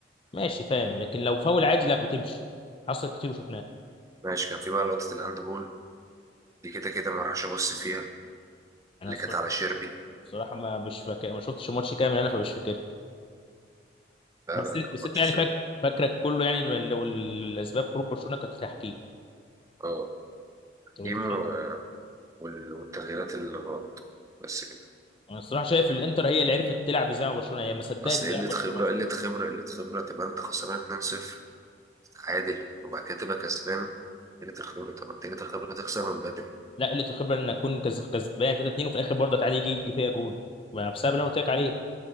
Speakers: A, on the left; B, on the right.
A: ماشي فاهم لكن لو فاول عادي لا بتمشي حصل كتير وشفناه
B: ماشي كان في بقى لقطة الهاند بول دي كده كده ما راحش ابص فيها
A: انا
B: اللي
A: الصرا-
B: كانت على شيربي
A: الصراحه ما مش فاكر ما شفتش الماتش كامل انا فمش فاكر
B: لا
A: بس
B: لا كان
A: بس
B: ماتش
A: انت يعني
B: سيء
A: فاكر فاكرك كله يعني لو الاسباب خروج برشلونه كانت تحكيم
B: اه
A: طب انت
B: ايمو
A: شايف
B: وال- والتغييرات اللي غلط بس كده
A: انا الصراحه شايف الانتر هي اللي عرفت تلعب زي ما برشلونه هي ما صدقت
B: اصل
A: تلعب
B: قلة
A: برشلونه
B: خبرة
A: اصلا
B: قلة خبرة قلة خبرة تبقى انت خسران 2-0 عادل وبعد كده تبقى كسبان تجري الخبرة طبعا تجري الخبرة تخسر من بدري
A: لا قله الخبره انك تكون كز- كسبان 3 2 وفي الاخر برضه تعادل يجي يجي فيها جون ما بسبب اللي انا قلت لك عليه